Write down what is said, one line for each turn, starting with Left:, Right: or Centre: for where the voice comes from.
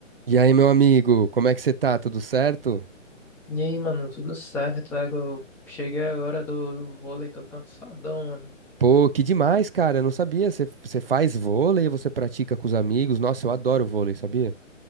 Right: E aí, meu amigo, como é que você tá? Tudo certo?
Centre: E aí, mano, tudo certo? É, eu cheguei agora do, do vôlei, tô cansadão, mano.
Right: Pô, que demais, cara. Eu não sabia. Você você faz vôlei, você pratica com os amigos. Nossa, eu adoro vôlei, sabia?